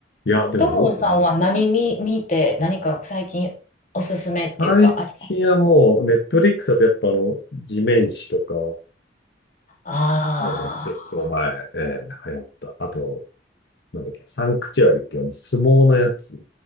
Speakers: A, on the left; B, on the left.
A: いや、でも、
B: 友野さんは何見、
A: うん
B: 見て、何か最近おすすめっていうか、
A: 最近はもう、
B: あります
A: ネットフリックスだとやっぱあの、地面師とか、
B: あ
A: ね、結構前、えー流行った。あと、なんだっけ、サンクチュアリってあの、相撲のやつ。